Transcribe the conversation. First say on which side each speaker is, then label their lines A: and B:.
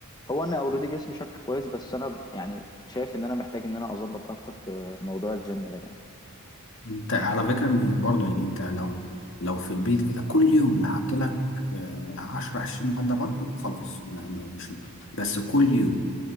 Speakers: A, on the left; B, on the left.
A: هو انا اوريدي جسمي شكله كويس بس انا يعني شايف ان انا محتاج ان انا اظبط اكتر في موضوع الجيم ده يعني
B: انت على فكرة م- برضه يعني انت لو لو في البيت كده كل يوم لعبت لك آه، 10 20 عدة بطن خلاص ما- ما- مش بس كل يوم